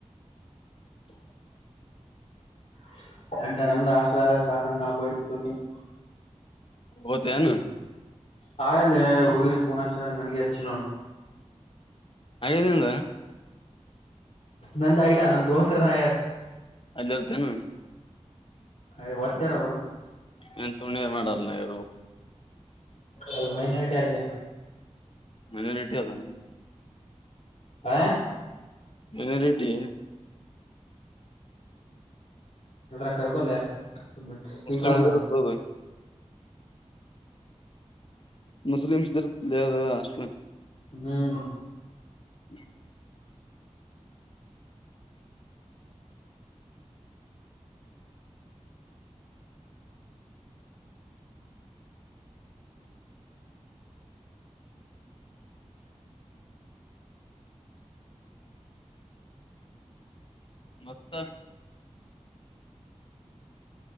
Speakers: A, on the left; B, on the left.
A: <unintelligible>
B: <unintelligible>
A: ಓತೇನು
B: ಹಾಯಲ್ಲೇ ಹುಡುಗಿರಿ ಪೋನ ಹಚ್ಚಿದಂಗ್ ನನಗೆ ಹಚ್ಚಿ ನೋಡ್.
A: ಆಗ್ಯದ ನಿಂದು.
B: ನಂದಾಗಿಲ್ಲ ನಮ ದೋಸ್ತರದ ಆಗ್ಯದ.
A: ಅಲ್ಲಿರ್ತೇನ.
B: ಏ ವತ್ಯಾರ ಅವರು ಇಡದು.
A: ಏನ್ ತುಣಿ ಮಾಡಲ್ಲ ಇರ್ಬೇಕು.
B: ಅದ ಮೈನಾರಿಟಿ ಆದ ಲೆ.
A: ಮೈನಾರಿಟಿ ಆದ ಹ್ಮ.
B: ಹಾ.
A: ಮೈನಾರಿಟಿ.
B: ಅದರಾಗ ಕರಕೋಲೆ. <unintelligible>
A: ಮುಸ್ಲಿಮ್ಸ್ ಇರುತ್ತದು ಮುಸ್ಲಿಮ್ಸ್ ದು ಇರುತ್ತೆ ಲೆ ಅದು ಹಾಸ್ಟೆಲ್.
B: ಹ್ಮ್.
A: <unintelligible> ಮತ್ತ.